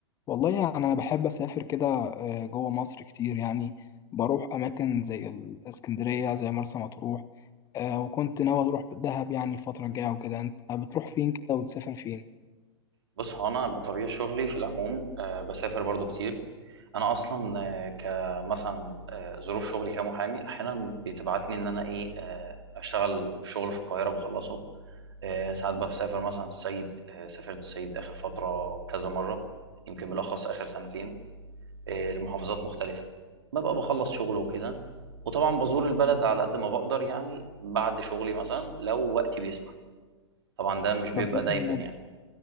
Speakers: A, on the left; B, on the right.
A: والله يعني أنا بحب أسافر كده آه، جوه مصر كتير يعني بروح أماكن زي الإسكندرية زي مرسى مطروح آه، وكنت ناوي أروح دهب يعني الفترة الجاية وكده أنت بتروح فين كده وتسافر فين؟
B: بص هو انا بطبيعه شغلي في العموم آه، بسافر برضو كتير انا اصلا آه، كمثلا آه، ظروف شغلي كمحامي احيانا بتبعتني ان انا ايه آه، اشتغل في شغل في القاهره بخلصه آه، ساعات بسافر مثلا الصعيد آه، سافرت الصعيد اخر فتره كذا مره يمكن بالاخص اخر سنتين آه، لمحافظات مختلفه ببقى بخلص شغل وكده وطبعا بزور البلد على قد ما بقدر يعني بعد شغلي مثلا لو وقتي بيسمح طبعا ده مش بيبقى
A: طب ده جميل
B: دايما يعني
A: جدا